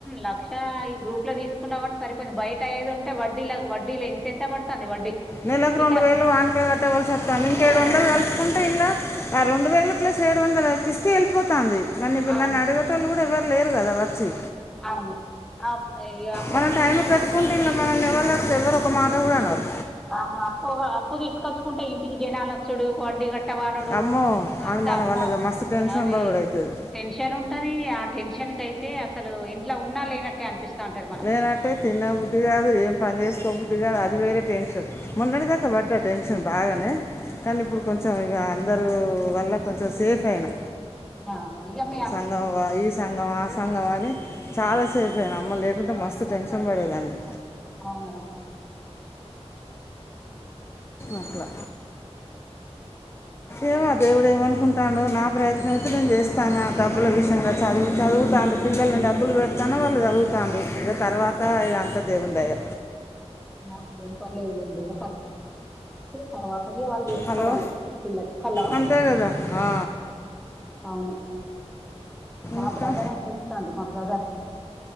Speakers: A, in the centre; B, on the left.
A: లక్ష ఈ గ్రూప్ లో తీసుకున్నవ్ కాబట్టి సరిపోయింది బయట అయ్యేది ఉంట ఉంటే వడ్డీల వడ్డీలో ఇంత ఎంట పడుతుంది వడ్డీ
B: నెలకు
A: ఇక్కడ
B: రెండు వేలు వా చక్కే కట్టేవాళ్ళు వస్తాను ఇంక ఏడు వందలు కలుసుకుంటే ఇంలా ఆ రెండు వేలు ప్లస్ ఏడు వందలకిస్తే వెళ్ళిపోతుంది కానీ ఇప్పుడు
A: అవును
B: నన్నుడగట వాళ్ళ కూడా ఎవ్వరు లేరు కదా వచ్చి
A: అవును ఆప్పయితే ఇక
B: మనం టైం కట్టుకుంటే ఇంలో మనల్ని ఎవరుడుతే ఎవరు ఒక మాట కూడా అన్నారు
A: అవును అప్పు అప్పు తీసుకొచ్చుకుంటే ఇంటికి జనాలు డు వడ్డీ కట్టమానుడు
B: అమ్మో
A: అంత
B: అది మన
A: అమ్మ
B: వాళ్ళకి మస్తు టెన్షన్
A: అది
B: బాగుడు అవుతుంది
A: టెన్షన్ ఉంటది ఆ టెన్షన్ కి. అయితే అసలు ఇంట్లో ఉన్నా లేనట్టే అనిపిస్త ఉంటుంది మనం
B: లేనట్టే తినబద్ది కాదు ఏం పని చేసుకోబుద్దు కాదు అది వేరే టెన్షన్ మన్నటిదాకా
A: అవును
B: బట్ట టెన్షన్ బాగానే కానీ ఇప్పుడు
A: ఆ,
B: కొంచెం ఇక ఇందరు వల్ల కొంచెం సేఫ్ అయినా
A: ఆ ఈ ఎమ్ ఐ
B: సంఘం ఈ సంఘం ఆ సంఘం అని చాలా సేఫ్ అయిన అమ్మో లేకుంటే మస్తు టెన్షన్ పడేదాన్ని
A: అవునా
B: అట్ల
A: అ
B: ఏవో దేవుడుేమనుకుంటాడో నా ప్రయత్నం అయితే నేను చేస్తాను డబ్బుల విషయంగా చదువు చదువుతాడు పిల్లల్ని డబ్బులు పెడతానే వాళ్ళు చదువుతారు ఇగ తర్వాత ఇది అంత ఇంగ దేవుని దయ
A: <unintelligible> ఒకటిటి తర్వాతగా వాళ్ళు చూసుకోవాలి
B: హలో
A: పిల్లలు
B: అంతే కదా ఆ.
A: అవును మా
B: ఇంకా
A: బ్రదర్ అని చెప్స్తాండు మా బ్రదర్